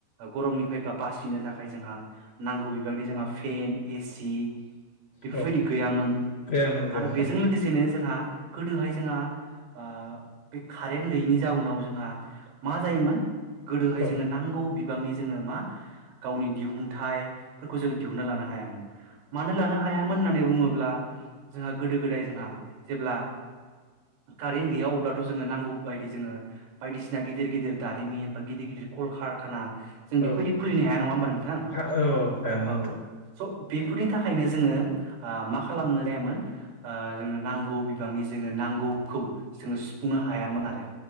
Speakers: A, on the right; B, on the left.
A: गरमनिफ्राय बा बासिनो थाखाय जोंहा नांगौ बिबांनि जोंहा फेन, एसि बेफोरबायदि
B: औ
A: गैयामोन
B: गैयामोन गैयामोन
A: आरो बेजों
B: औ
A: लोगोसेनो जोंहा गोदोहाय जोंहा आ बे कारेन्ट गैयिनि जाउनाव जोंहा मा जायोमोन गोदोहाय
B: औ
A: जोङो नांगौ बि बांनि जोङो मा गावनि दिहुनथाइफोरखौ जोङो दिहुनना लानो हायामोन। मानो लानो हायामोन होननानै बुङो ब्ला जोंहा गोदो गोदाय जोंहा खारेन गैया अब ब्लाथ' जोङो नांगौ बायदि जोङो बायदिसिना गिदिर गिदिर दारिमिन बा गिदिर गिदिर कल कारखाना जों बेफोरबायदि
B: औ
A: खुलिनो हाया नङा होमबा नोंथां?
B: हा औ औ हायामोन
A: औ स बेफोरनि थाखायनो जोङो ओ मा खालामनो जायामोन ओ जोंनो नांगौ बिबांनि जोङो नांग नांगौखौ जोङो सुफुंनो हायामोन आरो,